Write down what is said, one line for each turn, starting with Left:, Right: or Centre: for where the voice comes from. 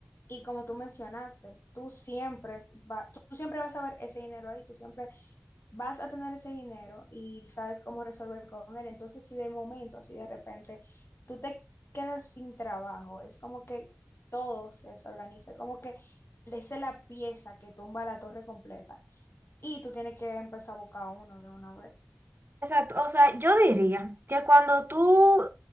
Left: y como tú mencionaste, tú siempre, es- va, tú siempre vas a ver ese dinero ahí, tú siempre vas a tener ese dinero y sabes cómo resolver con él. Entonces, si de momento, así de repente, tú te quedas sin trabajo, es como que todo se desorganiza, como que esa es la pieza que tumba la torre completa y tú tienes que empezar a buscar uno de una vez.
Right: Exacto, o sea, yo diría que cuando tú